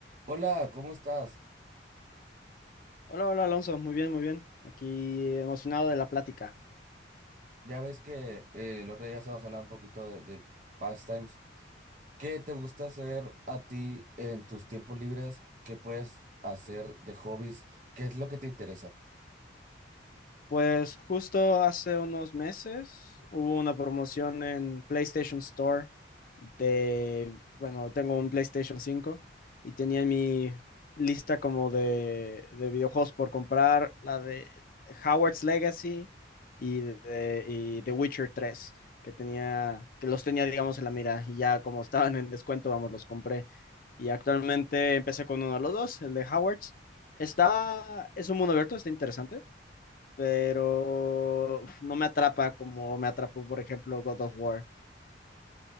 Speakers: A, on the right (about 40°); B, on the left (about 45°).
A: Hola, ¿cómo estás?
B: Hola, hola Alonso, muy bien, muy bien. Aquí emocionado de la plática.
A: Ya ves que eh, el otro día estábamos hablando un poquito de, de pastimes. ¿Qué te gusta hacer a ti en tus tiempos libres? ¿Qué puedes hacer de hobbies? ¿Qué es lo que te interesa?
B: Pues justo hace unos meses hubo una promoción en PlayStation Store de, bueno, tengo un PlayStation cinco y tenía en mi lista como de, de videojuegos por comprar la de Howard's Legacy y, de, y The Witcher 3 que tenía, que los tenía, digamos, en la mira y ya como <laughs> estaban en descuento, vamos, los compré. Y actualmente empecé con uno de los dos, el de Howard's. Está, es un mundo abierto, está interesante pero no me atrapa como me atrapó, por ejemplo, God of War.